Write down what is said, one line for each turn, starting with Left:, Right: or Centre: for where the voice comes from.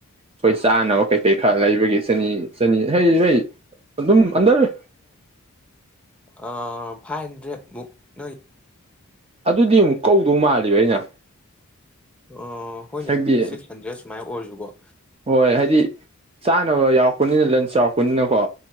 Right: ꯑꯈꯣꯏ ꯆꯥꯅꯕ ꯀꯩꯀꯩ ꯈꯔ ꯂꯩꯕꯒꯤ ꯆꯅꯤ ꯆꯅꯤ ꯍꯩ ꯕꯩ ꯑꯗꯨꯝ ꯑꯟꯗꯔ
Centre: ꯑꯥ ꯐꯥꯏ ꯍꯟꯗ꯭ꯔꯦꯠ ꯃꯨꯛ ꯅꯩ
Right: ꯑꯗꯨꯗꯤ ꯑꯃꯨꯛ ꯀꯧꯗꯧ ꯃꯥꯜꯂꯤꯕ ꯑꯩꯅ
Centre: ꯑ ꯍꯣꯏꯅꯦ
Right: ꯍꯥꯏꯕꯗꯤ
Centre: ꯁꯤꯛꯁ ꯍꯟꯗ꯭ꯔꯦꯗ ꯁꯨꯃꯥꯏꯅ ꯑꯣꯏꯔꯁꯨꯀꯣ
Right: ꯍꯣꯏ ꯍꯥꯏꯗꯤ ꯆꯥꯅꯕ ꯌꯥꯎꯔꯛꯄꯅꯤꯅ ꯂꯟ ꯆꯥꯎꯔꯛꯄꯅꯤꯅꯀꯣ